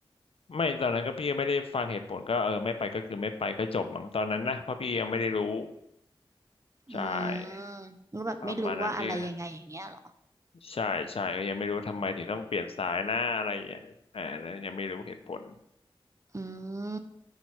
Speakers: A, on the left; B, on the right.
A: ไม่ตอนนั้นก็พี่ก็ไม่ได้ฟังเหตุผลก็เออไม่ไปก็คือไม่ไปก็จบมั้งตอนนั้นนะเพราะพี่ยังไม่ได้รู้ใช่
B: อืมแล้วแบบไม่รู้ว่าอะไรยังไงอย่างเงี้ยเหรอ
A: ประมาณนั้นพี่ ใช่ใช่ก็ยังไม่รู้ว่าทำไมถึงต้องเปลี่ยนสายหน้าอะไรอย่างเงี้ยอ่าแล้วยังไม่รู้เหตุผล
B: อืม